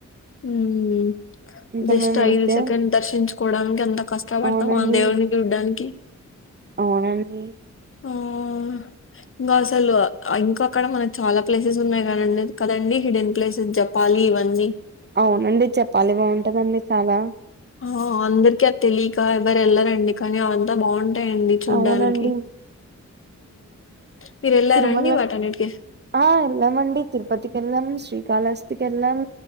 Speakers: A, on the left; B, on the right.
A: హుమ్
B: ఇంకా
A: జస్ట్
B: మేమైతే
A: ఐదు సెకండ్ దర్శించు కోవడానికి ఎంత కష్టపడతాం
B: అవునండి
A: ఆ దేవునికి చుడ్డానికి
B: అవునండి
A: ఊమ్ ఇంగా అసలు ఇంకా అక్కడ మనకు చాలా ప్లేసెస్ ఉన్నాయి కాదండి కదండి హిడెన్ ప్లేసెస్ చె పాలివన్నీ
B: అవునండి జపాలి బాగుంటదండి చాలా
A: ఆ అందర్కీ అద్ తెలీక ఎవర్ ఎళ్లారండి కానీ అ అంతా బాగుంట టాయండి చూడ్డానికి
B: అవునండి
A: మీరు వెళ్ళారండి
B: తిరుమల
A: వాటన్నిటికీ
B: ఆ ఎల్లామండి తిరుపతి కెల్లం శ్రీకాళస్తికెల్లాం.